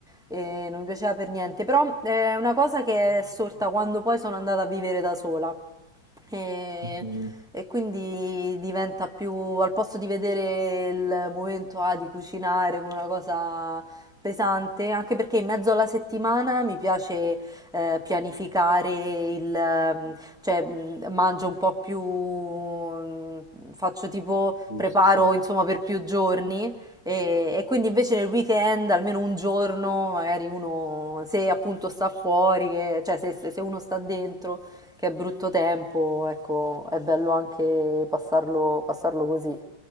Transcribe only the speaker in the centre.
e non mi piaceva per niente, però eh, è una cosa che è sorta quando poi sono andata a vivere da sola e,
e quindi diventa più, al posto di vedere il momento ah, di cucinare come una cosa pesante, anche perché in mezzo alla settimana mi piace eh, pianificare il, ehm, cioè mh, mangio un po' più, mh, faccio tipo,
preparo
insomma per più giorni e, e quindi invece nel weekend, almeno un giorno, magari uno, se appunto sta fuori, che- cioè se, se- se uno sta dentro, che è brutto tempo, ecco, è bello anche passarlo, passarlo così.